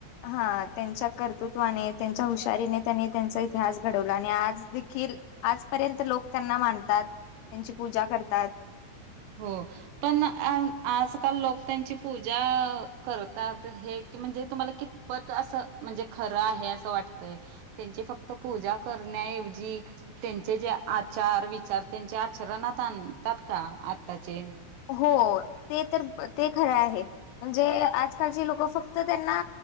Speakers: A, on the left (about 85°); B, on the right (about 75°).
A: हा त्यांच्या कर्तृत्वाने त्यांच्या हुशारीने त्यांनी त्यांचा अभ्यास घडवला आणि आज देखील आजपर्यंत लोक त्यांना मानतात त्यांची पूजा करतात
B: होम पण आजकाल लोक त्यांची पूजा करतात हे क म्हणजे तुम्हाला क पत असं म्हणजे खरं आहे असं वाटतय त्यांची फक्त पूजा करण्याऐवजी त्यांचे जे आचार विचार त्यांचे आचरणात आणतात का आत्ताचे
A: हो ते तर ते खरं आहे म्हणजे आजकालची लोक फक्त त्यांना